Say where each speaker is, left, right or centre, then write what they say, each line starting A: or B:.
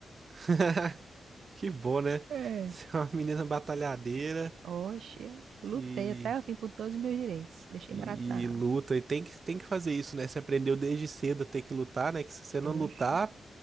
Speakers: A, on the right; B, on the right.
A: <laughs> Que bom, né?
B: É.
A: Ser uma menina batalhadeira
B: Oxe, eu lutei
A: e,
B: até o fim por todos os meus direitos. Deixei
A: e,
B: barato na.
A: e luta. E tem que, tem que fazer isso, né? Você aprendeu desde cedo a ter que lutar, né? Que se você não lutar,
B: Oxe,
A: o